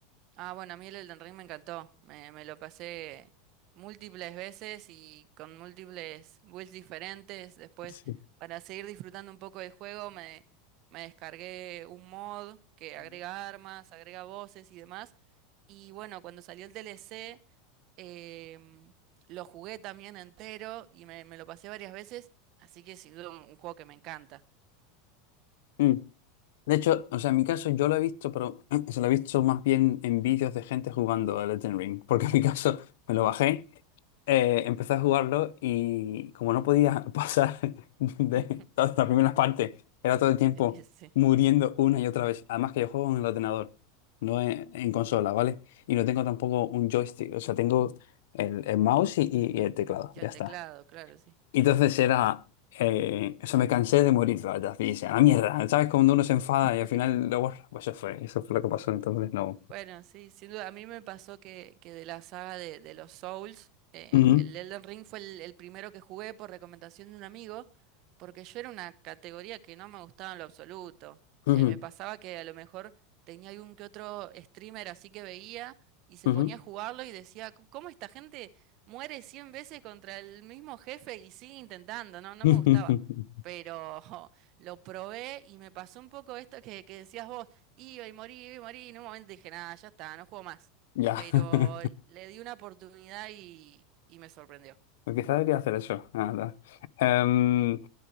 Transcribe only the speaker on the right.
Ah, bueno, a mí el Elden Ring me encantó. Me, me lo pasé múltiples veces y con múltiples builds diferentes. Después,
para seguir disfrutando un poco del juego, me, me descargué un mod que agrega armas, agrega voces y demás. Y bueno, cuando salió el DLC, em, lo jugué también entero y me, me lo pasé varias veces. Así que sin duda un, un juego que me encanta.
<laughs>
Es que sí.
Y
al
teclado, claro, sí.
<laughs>
Bueno, sí, sin duda. A mí me pasó que, que de la saga de, de los Souls, eh,
el Elden Ring fue el, el primero que jugué por recomendación de un amigo, porque yo era una categoría que no me gustaba en lo absoluto.
Eh, me pasaba que a lo mejor tenía algún que otro streamer así que veía y se
ponía a jugarlo y decía, "C- ¿cómo esta gente muere 100 veces contra el mismo jefe y sigue intentando? No, no
me gustaba. Pero <laughs> lo probé y me pasó un poco esto que, que decías vos. Y hoy morí, y morí, y en un momento dije, nada, ya está, no juego más.
Pero
le di una oportunidad y, y me sorprendió.